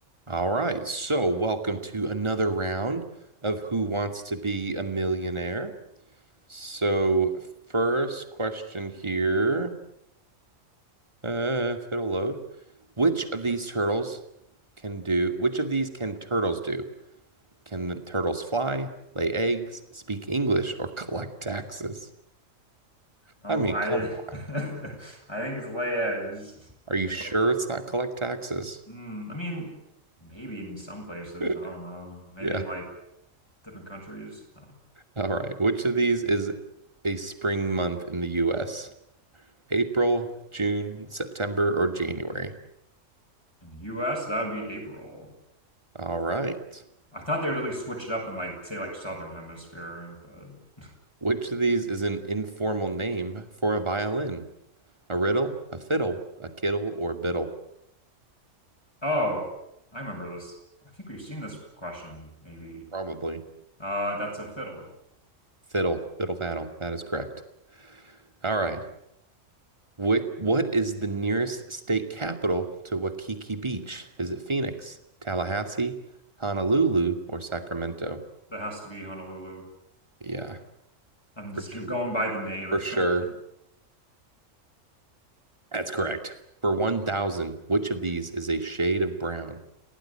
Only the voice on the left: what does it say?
Um,
I
<laughs> I think it's lay eggs.
I
hope.
Mm, I mean, maybe in some places,
I don't know. Maybe
in like different countries. Uh,
in the US, that would be April.
I thought they'd really switch it up in like say like Southern Hemisphere, but
oh, I remember this. I think we've seen this question maybe.
Uh, that's a fiddle.
That has to be Honolulu.
I'm just
keep going by the name.
<laughs>